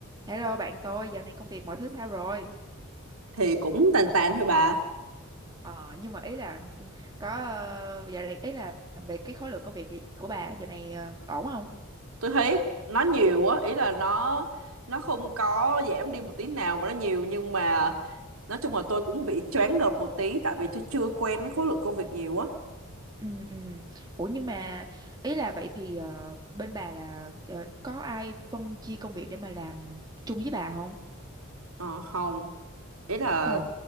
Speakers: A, on the right (about 20°); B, on the right (about 70°).
A: Hello bạn tôi, dạo này công việc mọi thứ sao rồi?
B: thì cũng tàn tàn thôi bà
A: Ờ, nhưng mà ý là <laughs> có ờ, dạo này ý là về cái khối lượng công việc của bà á, dạo này ờ, ổn không?
B: tôi thấy nó nhiều á ý là nó nó không có giảm đi một tí nào mà nó nhiều nhưng mà nói chung là tôi cũng bị choáng ngợp một tí tại vì tôi chưa quen với khối lượng công việc nhiều á
A: Ừ, ừ. Ủa nhưng mà ý là vậy thì ờ, bên bà là ờ, có ai phân chia công việc để mà làm chung với bà không?
B: ờ không ý là
A: Ồ,